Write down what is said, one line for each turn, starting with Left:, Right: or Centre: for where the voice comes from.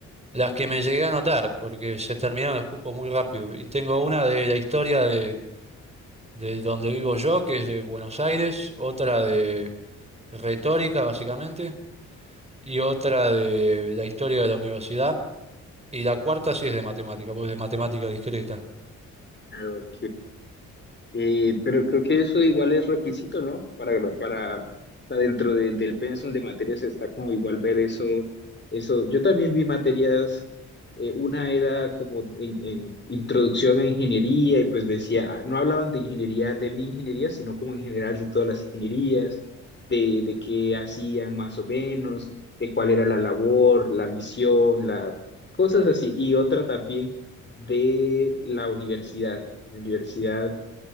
Right: las que me llegué a anotar, porque se terminaron los cupos muy rápido. Y tengo una de la historia de, de donde vivo yo, que es de Buenos Aires, otra de retórica, básicamente, y otra de la historia de la universidad, y la cuarta sí es de matemática, pues de matemática discreta.
Left: Ok. Eh, pero creo que eso igual es requisito, ¿no? Para, para, o sea, dentro de- del pensum de materias está como igual ver eso, eso. Yo también vi materias, eh, una era como en, en introducción a ingeniería y pues decía, ah, no hablaban de ingeniería, de mi ingeniería, sino como en general de todas las ingenierías, de, de qué hacían más o menos, de cuál era la labor, la misión, la, cosas así. Y otra también de la universidad. La universidad